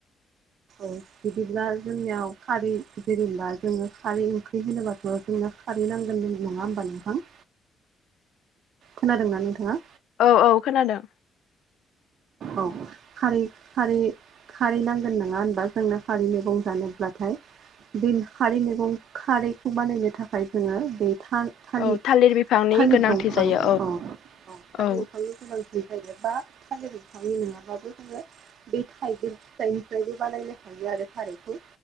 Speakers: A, on the right; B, on the left.
A: औ बिदिब्ला जोंनियाव खारै जेनेबा जोङो खारै ओंख्रि होनोबाथ' जोङो खारै नांगोन नङा होमबा नोंथां खोनादों ना नोंथाङा
B: औ औ खोनादों
A: औ खारै खारै खारै नांगोन नङा होनबा जोंनो खारै मैगं जानोब्लाथाय बे खारै मैगं खारैखौ बानायनो थाखाय जोङो दैथा थालिर
B: औ बिफांनि
A: थालिर
B: गोनांथि
A: दंफां
B: जायो
A: अ औ थालिर
B: औ
A: बिफांनि गोनां फ्राय बा थालिर थांनो नङाबाबो जोङो <inaudible> बै थायगिर फिथाइनिफ्रायबो बानायनो हायो आरो खारैयखौ